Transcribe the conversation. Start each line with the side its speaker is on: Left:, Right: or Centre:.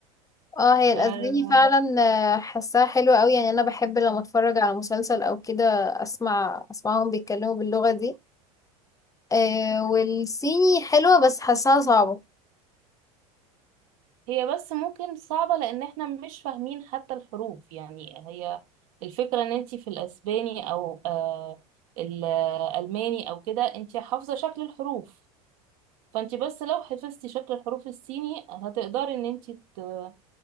Left: اه هي الأسباني
Right: آه
Left: فعلا آه، حاساها حلوة أوي يعني أنا بحب لما أتفرج على مسلسل أو كده أسمع أسمعهم بيتكلموا باللغة دي آه، والصيني حلوة بس حاساها صعبة
Right: هي بس ممكن صعبة لان احنا مش فاهمين حتى الحروف يعني هي الفكرة ان انتي في الاسباني او آه الالماني او كده انتي حافظة شكل الحروف فانتي بس لو حفظتي شكل الحروف الصيني هتقدري ان انتي تت-